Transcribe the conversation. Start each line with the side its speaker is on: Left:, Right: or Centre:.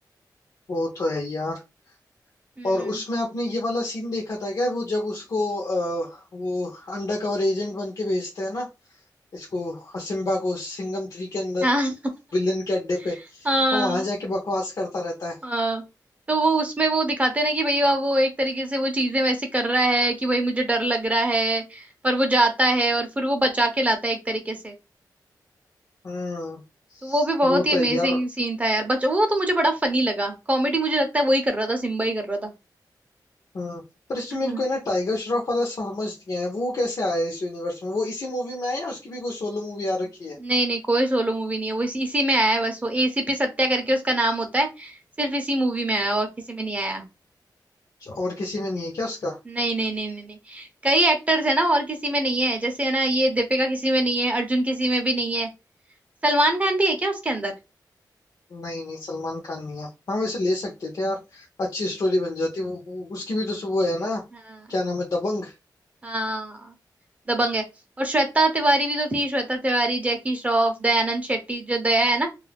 Left: वो तो है यार
Right: हम्म
Left: और उसमें आपने ये वाला सीन देखा था क्या वो जब उसको अ, वो अंडर कवर एजेंट बन के भेजते हैं ना इसको सिम्बा को सिंघम थ्री के अंदर
Right: हाँ
Left: विलन के अड्डे पे
Right: <laughs> हाँ
Left: और वहां जाके बकवास करता रहता है
Right: हाँ तो वो उसमें वो दिखाते ना कि भैया वो एक तरीके से वो चीजें वैसे कर रहा है कि भाई मुझे डर लग रहा है पर वो जाता है और फिर वो बचा के लाता है एक तरीके से
Left: हम्म
Right: तो वो भी बहुत
Left: वो
Right: ही
Left: तो
Right: अमेजिंग
Left: है यार
Right: सीन था यार बच वो तो मुझे बड़ा फनी लगा कॉमेडी मुझे लगता है वही कर रहा था सिम्बा ही कर रहा था
Left: हाँ पर इसमें
Right: <laughs>
Left: मेरे को है ना टाइगर श्रॉफ वाला समझ नहीं आया वो कैसे आया इस यूनिवर्स में वो इसी मूवी में है या उसकी भी कोई सोलो मूवी आ रखी है
Right: नहीं नहीं कोई सोलो मूवी नहीं है वो इस, इसी में आया है बस वो एसीपी सत्या करके उसका नाम होता है सिर्फ इसी मूवी में आया और किसी में नहीं आया
Left: अच्छा, और किसी में नहीं है क्या उसका
Right: नहीं नहीं नहीं नहीं नहीं कई एक्टर्स है ना और किसी में नहीं है जैसे है ना ये दीपिका किसी में नहीं है अर्जुन किसी में भी नहीं है सलमान खान भी है क्या उसके अंदर
Left: नहीं नहीं सलमान खान नहीं है हाँ वैसे ले सकते थे यार अच्छी स्टोरी बन जाती वो, वो उसकी भी तो सु- वो है ना
Right: हाँ
Left: क्या नाम है दबंग
Right: हाँ दबंग है और श्वेता तिवारी भी तो थी श्वेता तिवारी जैकी श्रॉफ दयानंद शेट्टी जो दया है ना